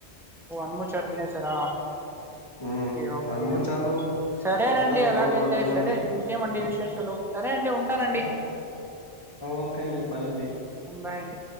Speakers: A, in the centre; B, on the left.
A: ఓ అన్నము చారు సరా
B: మ్మ్
A: ఓకే ఓకే
B: అనుమచారు
A: సరేనండి
B: ఇంకా
A: అలాగైతే
B: కొ కొంతమంది
A: సరే ఇంకేమండి విశేషాలు సరే అండి ఉంటానండి
B: ఆ ఓకే అండి బాయ్ అండి
A: బాయ్ అండి